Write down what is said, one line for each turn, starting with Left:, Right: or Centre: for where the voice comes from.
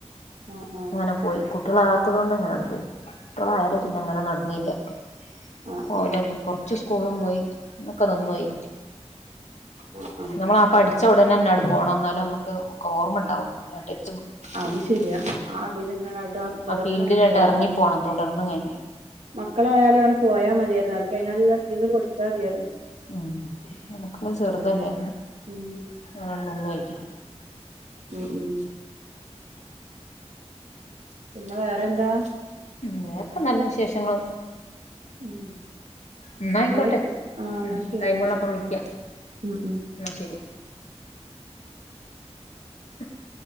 Right: ആഹ് ആഹ്
Left: അങ്ങനെ പോയി - <unintelligible> കൊണ്ട് ആണ്ട് പോയി ആ അതൊക്കെ
Right: ആഹ്
Left: പിന്നെ അങ്ങനെ നടന്നില്ല <inaudible>
Right: ആഹ്
Left: ഓലൊന്നും
Right: ആഹ്
Left: കൊറച്ചു കൂളും പോയി ഇന്ന് ഒക്കെ നിന്നോയി
Right: ആഹ് ആഹ്
Left: നമ്മളാ പഠിച്ച ഉടനെന്നാണ് പോണം ന്നാല നമ്മ ക്ക് ഓർമ്മ ഉണ്ടാവുള്ളൂ <unintelligible>
Right: അത് ശരിയാ ആ അതിനിങ്ങനെ ട്ടാം തുടർന്ന്
Left: ആ ഫീൽഡിലാട്ട്
Right: അങ്ങട്ട് പോണോല്ലോ
Left: എറങ്ങി പോണം തുടർന്നും കഴിഞ്ഞ്
Right: മക്കളായാലു അങ്ങനെ പോയാ മതിയാര്ന്നു ആര്ക്കു അയിനടീല് <unintelligible> കൊടുത്താ മതിയാര്ന്നു
Left: ഉം മക്കള് ചെറുതല്ലേ
Right: ഉം
Left: <unintelligible> നിന്നോയി
Right: ഉം ഉം പിന്നെ വേറെന്താ
Left: വേറൊക്കെ നല്ല വിശേഷങ്ങള്
Right: ഉം
Left: ഇന്നായിക്കോട്ടെ
Right: ന്നായിക്ക് ആഹ് എന്നാ
Left: ഉം
Right: ശരി
Left: ടൈം
Right: എങ്കി
Left: ഉള്ളപ്പോ വിളിക്ക
Right: ഉം ഉം
Left: എന്നാ ശെരി <inaudible>